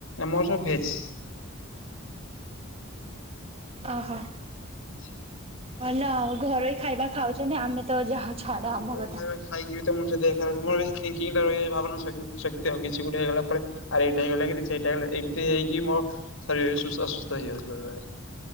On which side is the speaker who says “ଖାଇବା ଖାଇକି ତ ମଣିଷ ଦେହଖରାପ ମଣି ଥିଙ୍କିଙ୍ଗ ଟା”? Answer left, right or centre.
Left